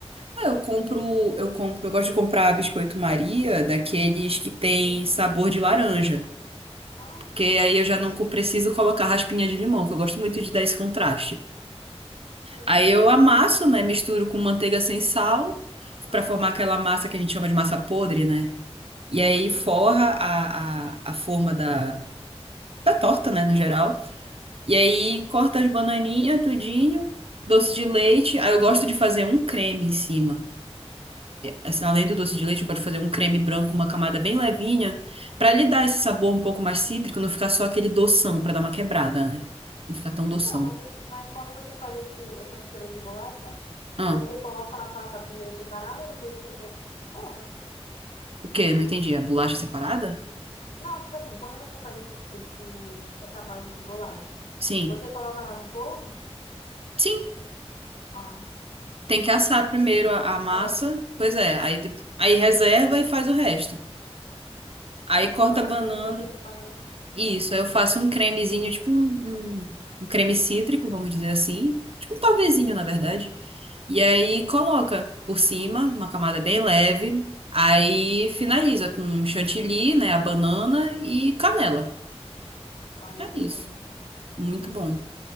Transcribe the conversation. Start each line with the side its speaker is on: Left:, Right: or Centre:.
Right: Ah, Eu compro, eu compro, eu gosto de comprar biscoito Maria, daqueles que tem
Left: Sim.
Right: sabor de laranja,
Left: Ah,
Right: porque aí eu já não co- preciso colocar raspinha de limão, que eu gosto muito de dar esse contraste.
Left: sim.
Right: Aí eu amasso, né, misturo com manteiga sem sal,
Left: Aham.
Right: pra formar aquela massa que a gente chama de massa podre, né? E aí
Left: Uhum.
Right: forra a, a, a forma da, da torta, né, no geral. E aí corta as bananinhas, tudinho, doce de leite. Aí eu gosto de fazer um creme em cima. assim, além do doce de leite, eu quero fazer um creme branco, uma camada bem levinha, pra lhe dar esse sabor um pouco mais cítrico, não ficar só aquele doção, pra dar uma quebrada, né? Não ficar tão doção.
Left: Então, mas, eu- mas quando você faz esse, essa mistura de bolacha,
Right: Ah,
Left: você coloca ela passa primeiro separada, depois você... co- É, né?
Right: o quê? Não entendi. A bolacha separada?
Left: Não, tipo assim, quando você faz esse, esse, essa base de bolacha,
Right: Sim.
Left: você coloca ela no forno?
Right: Sim,
Left: Ah.
Right: tem que assar primeiro a, a massa.
Left: É.
Right: Pois é, aí, de- aí reserva e faz o resto. Aí
Left: Aí
Right: corta
Left: tu coloca
Right: a banana.
Left: doce de leite, banana.
Right: Isso, aí eu faço um cremezinho, tipo um, um- um creme cítrico, vamos dizer assim. Tipo um pavezinho, na verdade. E aí coloca por cima, uma camada bem leve. Aí finaliza com um chantilly, né? A banana e canela.
Left: Fica uma delícia,
Right: É isso.
Left: né?
Right: Muito bom. O